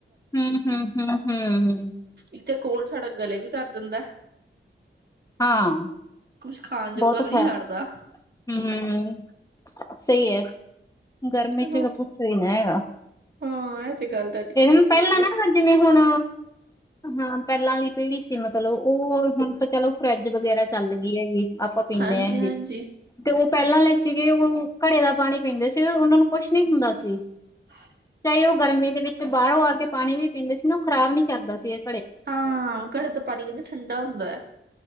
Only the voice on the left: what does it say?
ਹੂੰ-ਹੂੰ-ਹੂੰ
ਹਾਂ
ਬੋਤ
ਖਰ
ਹੂੰ ਸਈ ਏ ਗਰਮੀ
'ਚ ਪੁਛੋ ਈ ਨੇ ਹੈਗਾ।
ਏ
ਪੈਲਾਂ
ਨਾ ਜਿਵੇਂ ਹੁਣ ਹਾਂ ਪੈਲਾਂ ਆਲੀ ਪੀੜੀ ਸੀ ਮਤਲਬ ਓ ਹੁਣ ਤਾ ਚਲੋ। ਫਰਿੱਜ ਵਗੈਰਾ ਚੱਲ ਗਈ ਹੈਗੀ ਆਪਾਂ ਪੀਂਣੇ
ਹੈਗੇ।
ਤੇ ਓ ਪੈਲਾਂ ਸੀਗੇ ਓ ਘੜੇ ਦਾ ਪਾਣੀ ਪੀਂਦੇ ਸੀ ਉਨਾਂ ਨੂੰ ਕੁਛ ਨਈ ਹੁੰਦਾ ਸੀ।
ਚਾਹੇ ਓ ਗਰਮੀ ਦੇ ਵਿੱਚ ਬਾਰੋਂ ਆ ਕੇ ਪਾਣੀ ਵੀ ਪੀਂਦੇ ਸੀ ਨਾ ਓ ਖਰਾਬ ਨੀ ਕਰਦਾ ਸੀ ਏ